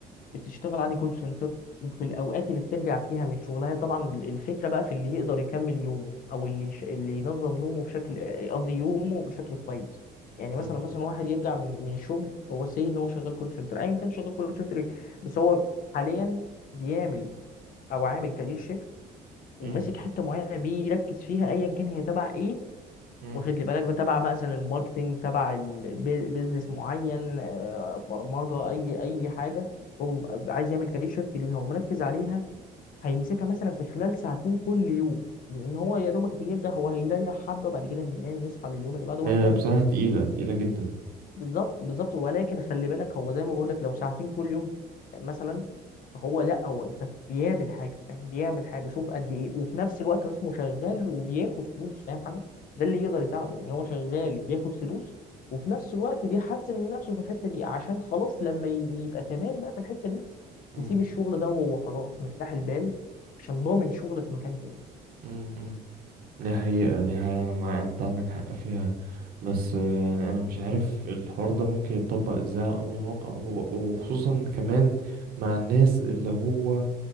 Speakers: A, on the left (about 55°); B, on the right (about 60°).
A: بتشتغل عادي كول سنتر وفي الاوقات اللي بترجع فيها من شغلها طبعا الفكره بقى في اللي يقدر يكمل يومه او اللي ش... اللي ينظم نومه بشكل قصدي يومه بشكل كويس يعني مثلا
B: مم.
A: مثلا واحد يرجع من من الشغل هو سي ان هو شغال كول سنتر ايا كان شغال كول سنتر ايه بس هو حاليا بيعمل او عامل كارير شيفت وماسك
B: مم.
A: حته معينه بيركز فيها ايا كان هي تبع ايه
B: مم.
A: واخد لي بالك تبع مثلا الماركتينج تبع بيزنس معين آه، برمجه اي اي حاجه هو عايز يعمل كارير شيفت ليها ومركز عليها هيمسكها مثلا في خلال ساعتين كل يوم لان هو يا دوبك بيرجع هو هيريح حبه بعد كده هينام يصحى لليوم اللي بعده
B: هي
A: وهكذا
B: بصراحة تقيلة تقيلة جدا
A: بالظبط بالظبط ولكن خلي بالك هو زي ما بقول لك لو ساعتين كل يوم مثلا هو لا هو انت بيعمل حاجه فاهم بيعمل حاجه شوف قد ايه وفي نفس الوقت هو اسمه شغال وبياخد فلوس فاهم حاجه ده اللي يقدر يساعده يعني هو شغال بياخد فلوس وفي نفس الوقت بيحسن من نفسه في الحته دي عشان خلاص لما ي- يبقى تمام بقى في الحته دي
B: مم.
A: يسيب الشغل ده وهو خلاص مرتاح البال عشان ضامن شغل في مكان تاني
B: مم. مم. دي حقيقة دي حقيقة أنا مع أنت عندك حق فيها بس آه، يعني أنا مش عارف الحوار ده ممكن يتطبق إزاي على أمر الواقع وهو- وخصوصا كمان مع الناس اللي هو